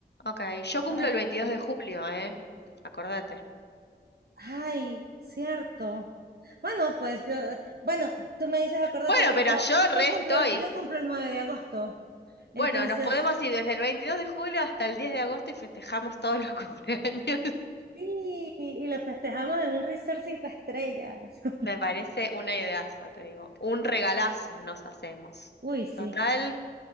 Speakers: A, on the left; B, on the right.
A: Ok, yo cumplo
B: para...
A: el 22 de julio, ¿eh? Acordate.
B: Ay, cierto. Bueno, pues yo, bueno, tú me dices, acuérdate,
A: Bueno,
B: y
A: pero
B: yo,
A: yo re
B: yo cumplo,
A: estoy.
B: el- yo cumplo el 9 de agosto.
A: Bueno,
B: Entonces,
A: nos podemos ir desde el 22 de julio hasta el 10 de agosto y festejamos todos los <laughs> cumpleaños.
B: sí, y lo festejamos en un resort cinco estrellas. <laughs>
A: Me parece una ideaza, te digo. Un regalazo nos hacemos.
B: Uy, sí,
A: Total,